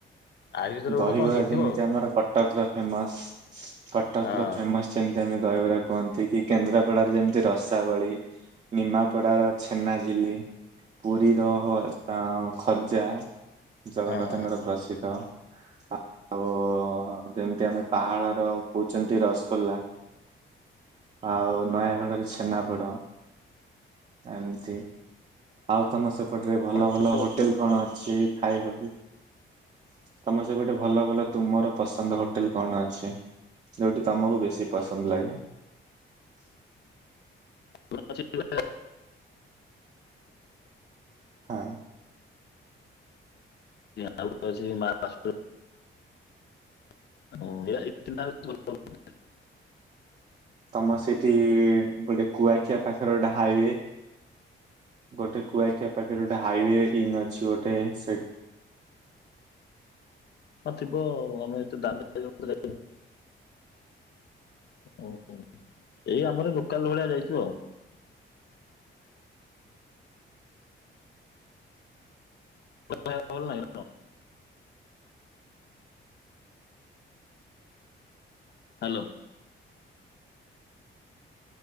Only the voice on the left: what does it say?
ଆରି ଭିତରେ
ଗୋଟେ କଣ ହେଇଥିବ
ଆଉ
ହଁ ହଁ।
ଥିବ
<unintelligible>
ଆଉ ଗୋଟେ ଅଛି ମା ବାସୁ <unintelligible>
ହଁ ଥିବ ଆଉ ଆମେ ଏତେ ଦାମୀ <unintelligible> ଓୋ ହୋ ଏଇ ଆମର ଲୋକାଲ ଭଳିଆ ଯାଇଚୁ ଆଉ। ଭଲ <unintelligible> ନାହିଁ। ହ୍ୟାଲୋ।